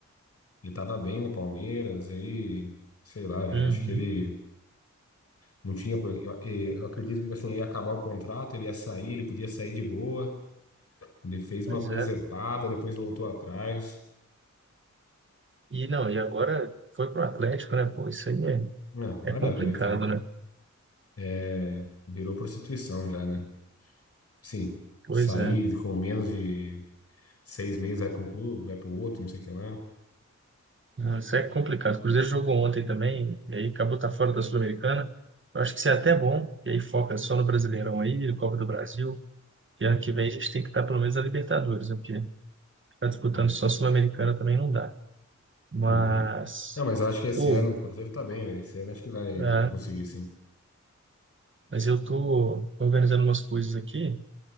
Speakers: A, on the left (about 55°); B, on the right (about 40°).
A: Ele tava bem no Palmeiras, aí. Sei lá, velho.
B: Uhum.
A: Acho que ele não tinha. por- Eu, eu acredito que tipo assim, ia acabar o contrato, ele ia sair, ele podia sair de boa. Ele fez
B: Pois
A: uma presepada,
B: é.
A: depois voltou atrás.
B: E não, e agora foi pro Atlético, né? Pô, isso aí
A: Não,
B: é,
A: nada
B: é complicado,
A: a ver.
B: né?
A: É, é, é, virou prostituição já, né? Sim,
B: Pois
A: sair
B: é.
A: com menos de seis meses, vai pra um clube, vai pro outro, não sei o que lá.
B: Não, Isso é complicado. O Cruzeiro jogou ontem também, e aí acabou tá fora da Sul-Americana. Eu acho que isso é até bom, e aí foca só no Brasileirão aí, no Copa do Brasil. E ano que vem a gente tem que estar pelo menos na Libertadores, né? Porque ficar disputando
A: É.
B: só Sul-Americana também não dá. Mas,
A: Uhum. Não, mas eu acho que esse
B: ou,
A: ano o Cruzeiro tá bem, velho. Esse ano acho que vai,
B: é,
A: vai conseguir, sim.
B: mas eu tô organizando umas coisas aqui,